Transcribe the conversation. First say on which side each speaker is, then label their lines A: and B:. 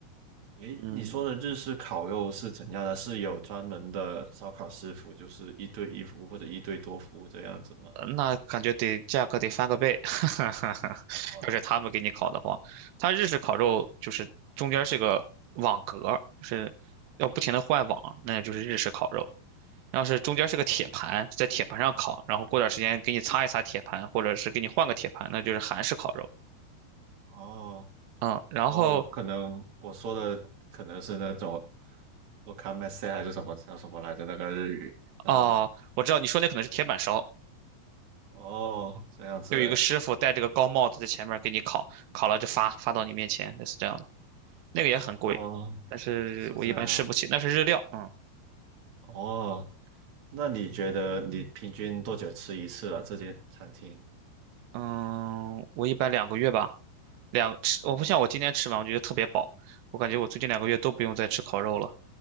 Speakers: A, on the right; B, on the right.
A: 诶，
B: 嗯，
A: 你说的日式烤肉是怎样的？是有专门的烧烤师傅，就是一对一服务或者一对多服务这样子吗？
B: 那感觉得价格得翻个倍，<laughs> 哈哈哈。
A: 哦
B: 要是他们给你烤的话，他日式烤肉就是中间是个网格，就是要不停的换网，那就是日式烤肉。要是中间是个铁盘，在铁盘上烤，然后过段时间给你擦一擦铁盘，或者是给你换个铁盘，那就是韩式烤肉。
A: 哦
B: 嗯，然后
A: 哦，可能我说的可能是那种 o m a k 还是什么叫什么来着？那个日语那种
B: 哦，我知道你说那可能是铁板烧，
A: 哦，这样子
B: 就有一个师傅戴着个高帽子在前面给你烤，烤了就发发到你面前，类似这样的，那个也很贵，
A: 哦。
B: 但是我一般吃不起，
A: 是这样
B: 那是日料，嗯。
A: 哦。那你觉得你平均多久吃一次啊？这间餐厅？
B: 嗯，我一般两个月吧，两吃我不像我今天吃完，
A: 哦
B: 我觉得特别饱，我感觉我最近两个月都不用再吃烤肉了。